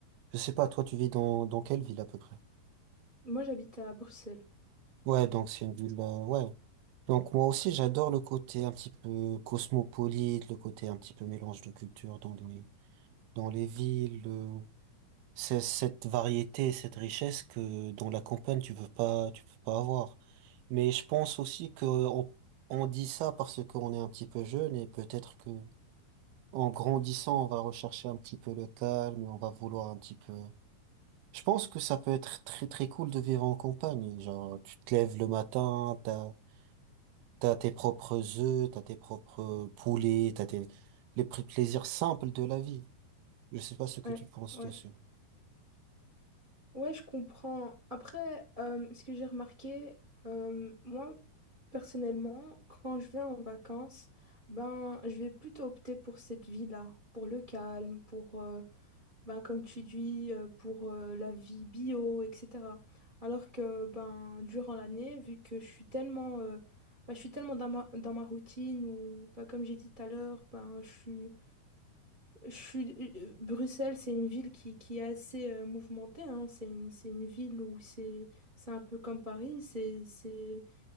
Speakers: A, on the right; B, on the right.
A: je sais pas, toi, tu vis dans, dans quelle ville à peu près?
B: Moi, j'habite à Bruxelles.
A: Ouais, donc c'est une ville, euh, ouais. Donc moi aussi, j'adore le côté un petit peu cosmopolite, le côté un petit peu mélange de cultures dans les, dans les villes. euh, C'est cette variété, cette richesse que dans la campagne tu peux pas, tu peux pas avoir. Mais je pense aussi que on, on dit ça parce qu'on est un petit peu jeune et peut-être que en grandissant on va rechercher un petit peu le calme, on va vouloir un petit peu. Je pense que ça peut être très très cool de vivre en campagne. Genre tu te lèves le matin, t'as t'as tes propres œufs, t'as tes propres poulets, t'as tes les pr- plaisirs simples de la vie. Je sais pas ce que
B: Ouais,
A: tu penses
B: ouais.
A: dessus.
B: Ouais, je comprends. Après, euh, ce que j'ai remarqué, euh, moi, personnellement, quand je vais en vacances, ben, je vais plutôt opter pour cette vie-là, pour le calme, pour, euh, ben, comme tu dis, euh, pour euh, la vie bio, etc. Alors que, ben, durant l'année, vu que je suis tellement, euh, ben, je suis tellement dans ma, dans ma routine, ou, ben, comme j'ai dit tout à l'heure, ben, je suis je suis... euh, Bruxelles, c'est une ville qui, qui est assez euh, mouvementée, hein. C'est une, c'est une ville où c'est c'est un peu comme Paris, c'est c'est,